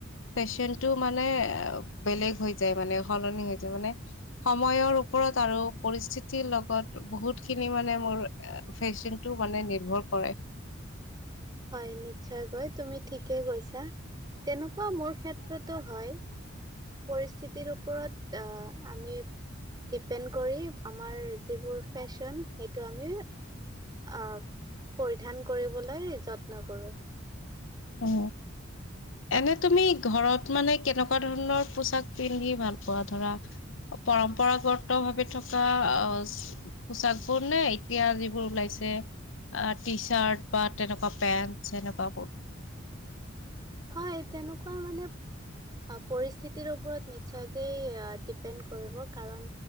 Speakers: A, on the left; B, on the right.
A: ফেশ্বনটো মানে বেলেগ হৈ যায় মানে সলনি হৈ যায় মানে সময়ৰ ওপৰত আৰু পৰিস্থিতিৰ লগত বহুতখিনি মানে মোৰ ফেশ্বনটো মানে নিৰ্ভৰ কৰে।
B: হয় নিশ্চয়কৈ তুমি ঠিকে কৈছা তেনেকুৱা মোৰ ক্ষেত্ৰতো হয়। পৰিস্থিতিৰ ওপৰত আমি ডিপেণ্ড কৰি আমাৰ যিবোৰ ফেশ্বন সেইটো আমি আহ পৰিধান কৰিবলৈ যত্ন কৰোঁ।
A: অ এনে তুমি ঘৰত মানে কেনেকুৱা ধৰণৰ পোচাক পিন্ধি ভাল পোৱা ধৰা পৰম্পৰাগত ভাৱে থকা আহ পোচাকবোৰ নে এতিয়া যিবোৰ ওলাইছে আহ টি চাৰ্ট বা তেনেকুৱা পেন্ট সেনেকুৱাবোৰ।
B: হয় তেনেকুৱা মানে পৰিস্থিতিৰ ওপৰত নিশ্চয়কেই ডিপেণ্ড কৰিব কাৰণ